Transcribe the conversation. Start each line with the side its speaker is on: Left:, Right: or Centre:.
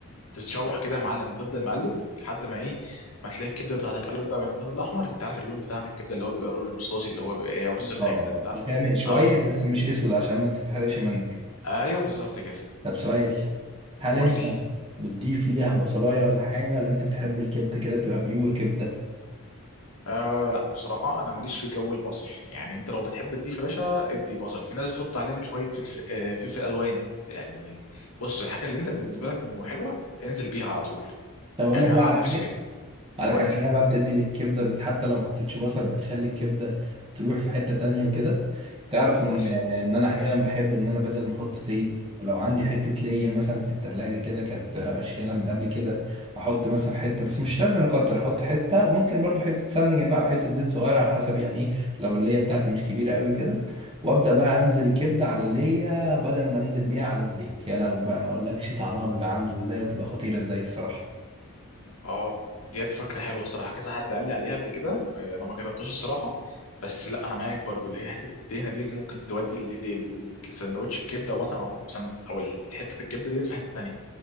Left: تتشوح كده يا معلم وتفضل مقلب لحد ما ايه ما تلاقي الكبده بتاعتك قلبت بقى من اللون الاحمر انت عارف اللون بتاع الكبده اللي هو بيبقى اللون الرصاصي اللي هو بيبقى ايه او الرصاص الغامق
Right: اه
Left: ده انت عارفه
Right: غامق شويه
Left: آه، ايوه
Right: بس مش اسود عشان ما تتحرقش منك
Left: ايوه بالظبط كده
Right: طب سؤال هل
Left: قلت
Right: انت بتضيف ليها بصلايه ولا حاجه ولا انت بتحب الكبده كده تبقى بيور كبده
Left: آه لا بصراحه انا ماليش في جو البصل يعني انت لو بتحب تضيف يا باشا ادي بصل في ناس بتحط عليهم شويه فلفل آه فلفل الوان يعني بص الحاجه اللي انت بالنسبه لك م- حلوه انزل بيها على طول
Right: طب اقول
Left: يعني
Right: لك بقى
Left: انا عن
Right: على
Left: نفسي
Right: حاجه
Left: كده
Right: اقول
Left: قول
Right: لك على
Left: لي
Right: حاجه بقى بتدي للكبده بت- حتى لو ما حطيتش بصل بتخلي الكبده تروح في حته تانية وكده تعرف ان
Left: قول لي
Right: ان انا احيانا بحب ان انا بدل ما احط زيت لو عندي حته ليا مثلا في التلاجة كده كانت اشيلها من قبل كده احط مثلا حته بس مش لازم أنا اكتر احط حته وممكن برضو حته سمنه جنبها او حته زيت صغيره على حسب يعني ايه لو الليا بتاعتي مش كبيره قوي كده وابدا بقى انزل الكبده على الليا بدل ما انزل بيها على الزيت يا لهوي بقى ما اقولكش طعمها بيبقى عامل ازاي بتبقى خطيره ازاي الصراحه
Left: اه ديت فكره حلوه الصراحه كذا حد قال لي عليها قبل كده آه، انا ما جربتوش الصراحه بس لا انا معاك برضو اللي هي حته الدهنه ديت ممكن تودي لسندوتش الكبده او مثلا او سند او حته الكبده ديت في حته تانية